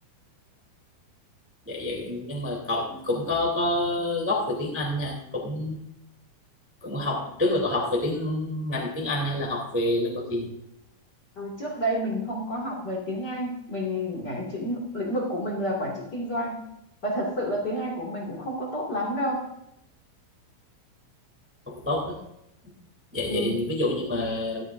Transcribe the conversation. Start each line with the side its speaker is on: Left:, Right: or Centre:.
Centre: vậy vậy nhưng mà cậu cũng cũng có có gốc về tiếng Anh nha cũng cũng học
Left: <laughs>
Centre: trước là cậu học về tiếng ngành tiếng Anh hay là học về lĩnh vực gì
Left: Ờ, trước đây mình không có học về tiếng Anh mình ngành chuyên lĩnh vực của mình là quản trị kinh doanh và thật sự là tiếng Anh của mình cũng không có tốt lắm đâu
Centre: không tốt đó. vậy
Left: Ừ,
Centre: vậy ví dụ như mà